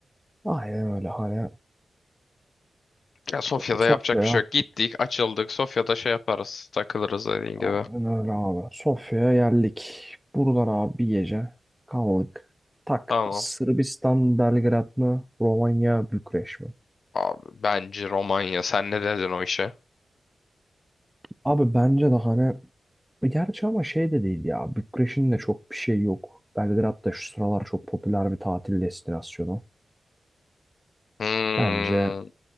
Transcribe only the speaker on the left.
Ya Sofya'da
yapacak bir şey
yok. Gittik, açıldık. Sofya'da şey yaparız. Takılırız dediğin
gibi.
Tamam.
Abi bence Romanya. Sen ne dedin o işe?
Hmm,